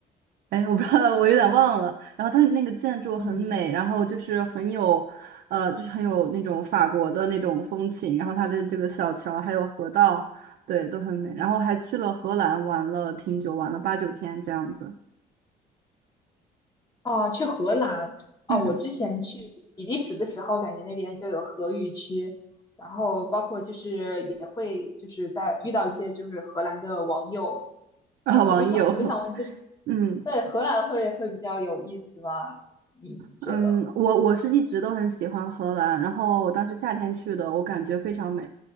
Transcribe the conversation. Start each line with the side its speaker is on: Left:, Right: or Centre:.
Right: 哎，我不知道，我有点忘了。然后它那个建筑很美，
Left: 嗯。
Right: 然后就是很有，呃，就是很有那种法国的那种风情，然后它的这个小桥还有河道，对，都很美。然后还去了荷兰玩了挺久，玩了八九天这样子。
Left: 哦，去荷兰哦，
Right: 嗯，
Left: 我之前去比利时的时候，感觉那边就有荷语区，然后包括就是也会就是在遇到一些就是荷兰的网友，
Right: <laughs> 啊，
Left: 呃，
Right: 网友。
Left: 我想我想问就是，
Right: 嗯
Left: 对荷兰会会比较有意思吗？你你觉得？
Right: 嗯，我我是一直都很喜欢荷兰，然后我当时夏天去的，我感觉非常美，